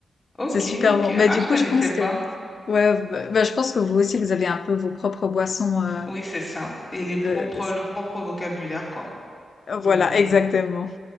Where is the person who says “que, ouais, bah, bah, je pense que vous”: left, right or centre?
Left